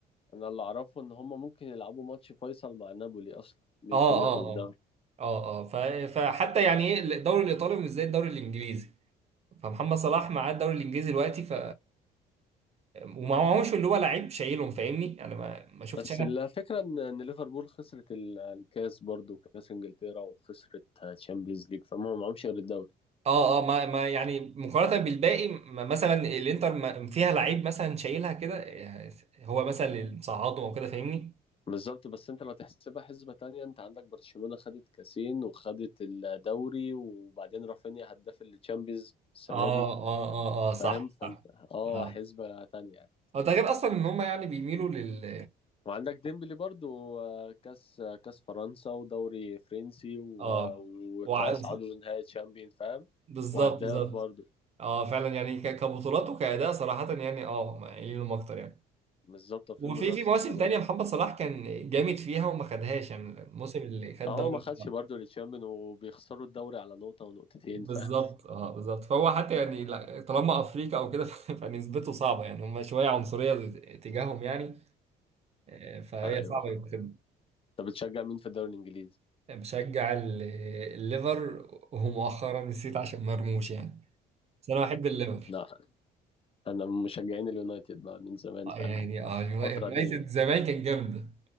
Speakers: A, on the left; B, on the right.
A: انا اللي اعرفه ان هم ممكن يلعبوا ماتش فيصل مع نابولي اصلا مين
B: اه
A: فيهم ياخد
B: اه
A: الدوري
B: اه اه اه ف- فحتى يعني ايه الدوري الايطالي مش زي الدوري الانجليزي فمحمد صلاح معاه الدوري الانجليزي دلوقتي ف ومعهوش اللي هو لعيب شايلهم فاهمني انا ما ما شفتش
A: بس الفكره ان ان ليفربول خسرت ال- الكاس برضو كاس انجلترا وخسرت تشامبيونز ليج فهم ما معهمش غير الدوري
B: اه اه ما, ما يعني مقارنة بالباقي ما مثلا الانتر ما فيها لعيب مثلا شايلها كده آه، هو مثلا اللي مصعدهم او كده فاهمني
A: بالظبط بس انت لو تحسبها حسبه تانية انت عندك برشلونه خدت كاسين وخدت الدوري وبعدين رافينيا هداف التشامبيونز السنه
B: اه
A: دي
B: اه اه اه صح
A: فاهم فانت
B: صح
A: اه
B: اه
A: حسبه تانية
B: اه ده غير اصلا ان هم يعني بيميلوا لل
A: وعندك ديمبلي برضو آه، كاس آه، كاس فرنسا ودوري فرنسي و-
B: اه وع...
A: وهيصعدوا لنهائي تشامبيون فاهم
B: بالظبط
A: وهداف
B: بالظبط
A: برضو
B: اه فعلا يعني ك- كبطولات وكأداء صراحة يعني اه قايلينهم اكتر يعني
A: مش ظابطة في
B: وفي
A: منافسة
B: في مواسم
A: السنة
B: تانية
A: دي
B: محمد صلاح كان جامد فيها وما خدهاش يعني الموسم اللي خد
A: اه
B: دوري
A: ما خدش برضو التشامبيون وبيخسروا الدوري على نقطة ونقطتين
B: بالظبط
A: فاهم
B: اه بالظبط فهو حتى يعني لا- طالما افريقيا او كده <laughs> فنسبته صعبه يعني هم شويه عنصريه تجاههم يعني آه،
A: <laughs>
B: فهي
A: آه، ايوه
B: صعبه
A: فاهم
B: يتخدم
A: انت بتشجع مين في الدوري الانجليزي؟
B: بشجع ال- الليفر ومؤخرا نسيت عشان مرموش يعني بس انا بحب الليفر
A: لا انا من مشجعين اليونايتد بقى من زمان
B: آه،
A: فاهم
B: يعني اه اليونا-
A: الفترة
B: اليونايتد
A: دي
B: زمان كان جامده